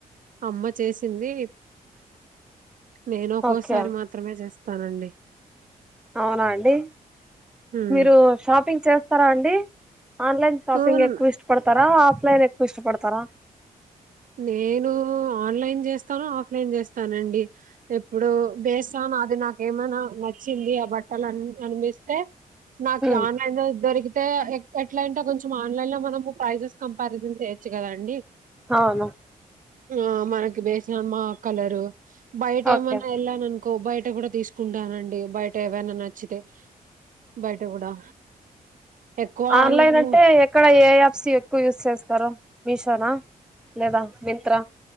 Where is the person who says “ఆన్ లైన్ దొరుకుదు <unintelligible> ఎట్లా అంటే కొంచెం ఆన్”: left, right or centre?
Right